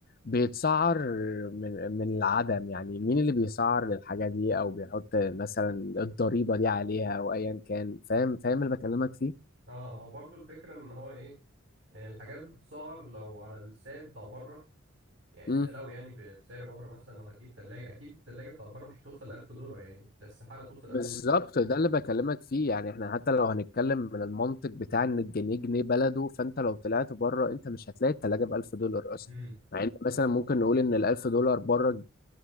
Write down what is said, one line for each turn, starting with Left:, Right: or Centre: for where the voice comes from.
Left: بيتسعر من من العدم يعني مين اللي بيسعر للحاجة دي او بيحط مثلا الضريبة دي عليها او ايا كان فاهم فاهم اللي بكلمك
Right: أه هو برضو الفكرة إن هو إيه آه، الحاجات بتتسعر لو على السعر بتاع بره يعني
Left: فيه
Right: ده لو يعني ب- بسعر بره مثلا لو هتجيب تلاجة أكيد التلاجة بتاع بره مش هتوصل 1000 دولار يعني ده استحالة توصل
Left: بالظبط
Right: 1000 دولار
Left: ده اللي بكلمك فيه يعني احنا حتى لو هنتكلم من المنطق بتاع ان الجنيه جنيه بلده فانت لو طلعت بره انت مش هتلاقي التلاجة بألف دولار اصلا
Right: أمم
Left: يعني انت مثلا ممكن نقول ان الألف دولار بره